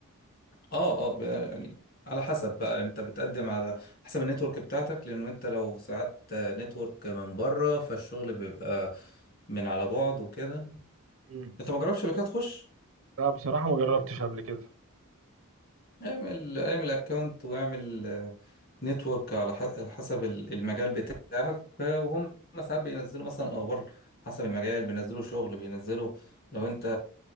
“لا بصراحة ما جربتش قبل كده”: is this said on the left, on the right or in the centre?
Right